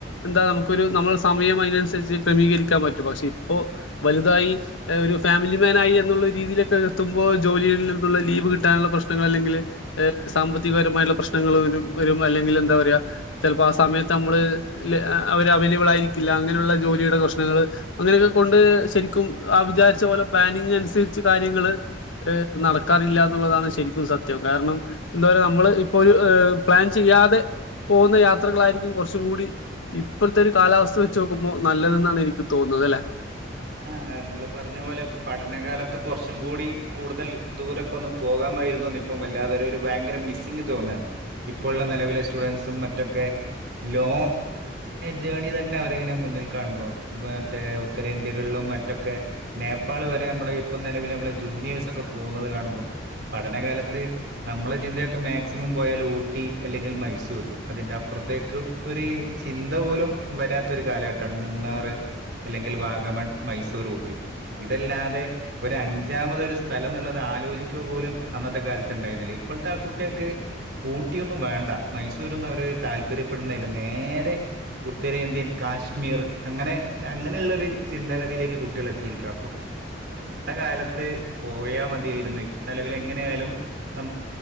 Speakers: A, on the left (about 85°); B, on the right (about 55°).
A: എന്താ നമുക്കൊരു നമ്മൾ സമയം അതിനനുസരിച്ച് ക്രമീകരിക്കാൻ പറ്റും പക്ഷെ ഇപ്പോ വലുതായി ഒരു ഫാമിലിമാൻ ആയി എന്നുള്ള രീതിയിലൊക്കെ എത്തുമ്പോ ജോലിയിൽ നിന്നുള്ള ലീവ് കിട്ടാനുള്ള പ്രശ്നങ്ങൾ അല്ലെങ്കിൽ സാമ്പത്തികപരമായിട്ടുള്ള പ്രശ്നങ്ങൾ വരും അല്ലെങ്കിൽ എന്താ പറയാ ചിലപ്പോ ആ സമയത്ത് നമ്മള് അവര് അവൈലബിൾ ആയിരിക്കില്ല അങ്ങനെയുള്ള ജോലിയുടെ പ്രശ്നങ്ങൾ അങ്ങനെയൊക്കെ കൊണ്ട് ശരിക്കും ആ വിചാരിച്ച പോലെ പ്ലാനിങ്ങ അനുസരിച്ച് കാര്യങ്ങൾ നടക്കാറില്ല എന്നുള്ളതാണ് ശരിക്കും സത്യം കാരണം എന്താ പറയുക നമ്മള് ഇപ്പൊ ഒരു പ്ലാൻ ചെയ്യാതെ പോകുന്ന യാത്രകളായിരിക്കും കുറച്ചും കൂടി ഇപ്പോഴത്തെ ഒരു കാലാവസ്ഥ വെച്ച് നോക്കുമ്പോ നല്ലതെന്നാണ് എനിക്ക് തോന്നുന്നത് അല്ലെ
B: ആ് ങ്ങള് പറഞ്ഞ പോലെ പഠനകാലത്ത് കുറച്ചും കൂടി കൂടുതൽ ദൂരൊക്കെ ഒന്നും പോകാമായിരുന്നുന്ന് ഇപ്പം വല്ലാതെ ഒരു ഭയങ്കര മിസ്സിങ്ങ് തോന്നാണ് ഇപ്പോഴുള്ള നിലവിലെ സ്റ്റുഡന്റ്സും മറ്റൊക്കെ ലോ ജേർണി തന്നെ അവരിങ്ങനെ മുന്നിൽ കാണുമ്പോ മറ്റേ ഉത്തരേന്ത്യ യിലും മറ്റൊക്കെ നേപ്പാൾ വരെ നമ്മള ഇപ്പം നിലവിൽ നമ്മള ജൂനിയേഴസ് ഒക്കെ പോകുന്നത് കാണുമ്പോൾ പഠനകാലത്ത് നമ്മളെ ചിന്തയൊക്കെ മാക്സിമം പോയാൽ ഊട്ടി അല്ലെങ്കിൽ മൈസൂർ അതിന്റെ അപ്പുറത്തേക്ക് ഒരു ചിന്ത പോലും വരാത്ത ഒരു കാലഘട്ടാണ് മൂന്നാറ് അല്ലെങ്കിൽ വാഗമൺ മൈസൂർ ഊട്ടി ഇതല്ലാതെ ഒരഞ്ചാമതൊരു സ്ഥലം എന്നുള്ളത് ആലോചിക്കുക പോലും അന്നത്തെ കാലത്ത് ഉണ്ടായിരുന്നില്ല ഇപ്പോഴത്തെ ആ കുട്ടികൾക്ക് ഊട്ടിയൊന്നും വേണ്ട മൈസൂർന്ന് അവര താല്പര്യപ്പെടുന്നതില നേരെ ഉത്തരേന്ത്യൻ കാശ്മീർ അങ്ങനെ അങ്ങനെയുള്ളരു ചിന്താഗതിയിലേക്ക് കുട്ടികൾ എത്തിയിരിക്കും അപ്പം ആ കാലത്ത് പോയാ മതിയായിരെന്നു നെലവിൽ എങ്ങനെ ആയാലും നമ